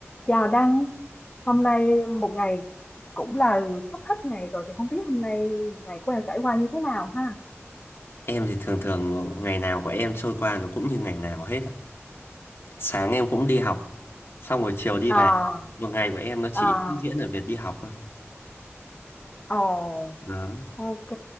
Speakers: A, on the left (about 25°); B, on the left (about 55°).
A: Chào Đăng, hôm nay một ngày cũng là sắp hết ngày rồi thì không biết hôm nay ngày của em trải qua như thế nào ha?
B: Em thì thường thường ngày nào của em trôi qua nó cũng như ngày nào hết á. Sáng em cũng đi học, xong rồi chiều đi
A: À,
B: về. Một ngày của em nó chỉ
A: à,
B: tiếp diễn ở việc đi học thôi.
A: ồ,
B: Đó.
A: ok.